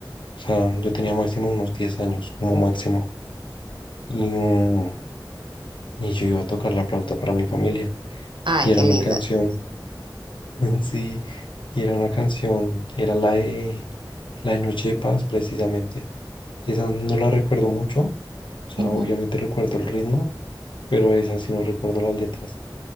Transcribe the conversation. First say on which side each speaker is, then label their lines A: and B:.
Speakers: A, on the left; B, on the right.
A: sea, yo tenía máximo unos 10 años, como máximo, y, mm, y yo iba a tocar la flauta para mi familia,
B: Ay,
A: y era
B: qué
A: una
B: linda.
A: canción <laughs> Sí, y era una canción, era la de, la de Noche de Paz, precisamente. Esa no la recuerdo mucho, o sea,
B: Ujú.
A: obviamente recuerdo el ritmo, pero esa sí no recuerdo las letras.